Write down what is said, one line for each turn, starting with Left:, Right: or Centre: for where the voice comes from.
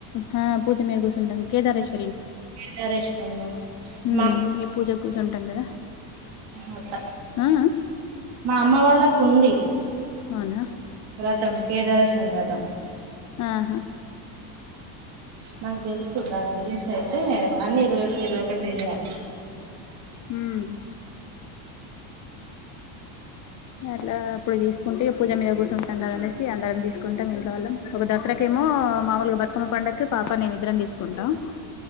Left: హా పూజ మీద కూసుంటాం కేదారిషి
Right: కేదారిషి
Left: ఉమ్
Right: మా
Left: ఇగ పూజకు కూర్చుంటాం కదా
Right: అత్త
Left: ఆ అ
Right: మా అమ్మ వాళ్ళ కుంది
Left: అవునా
Right: వ్రతం కేదారేశ్వర వ్రతం
Left: ఆహా
Right: నాకు తెలుసు దాని గురించైతే అన్ని ఇక్కడ చేయాలి
Left: ఉమ్ అట్లా ఇప్పుడు తీసుకుంటే పూజ మీద కూర్చుంటాం కదానేసి అందరం తీసుకుంటాం ఇంట్లో వాళ్ళం ఒక దసరా కె మో మామూలుగా బతుకమ్మ పండగకి పాప నేను ఇద్దరం తీసుకుంటాం